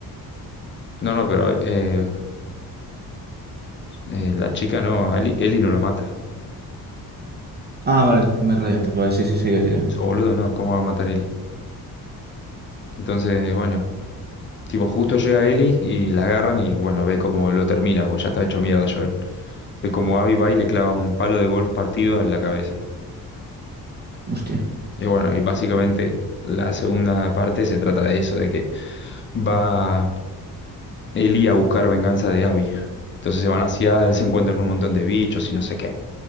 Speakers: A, on the left; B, on the right.
A: No, no, pero eh, eh, la chica no, Eli, Eli no lo mata.
B: Ah, vale, me he rayado entonces, vale, sí, sí, sí, sí.
A: Eso boludo, no, ¿cómo va a matar Eli? Entonces, bueno, tipo, justo llega Eli y la agarran y, bueno, ve cómo lo termina, porque ya está hecho mierda Joel. Ve cómo Abby va y le clava un palo de golf partido en la cabeza.
B: Hostia.
A: Y bueno, y básicamente la segunda parte se trata de eso, de que va Eli a buscar venganza de Abby. Entonces se van hacia él, se encuentran con un montón de bichos y no sé qué.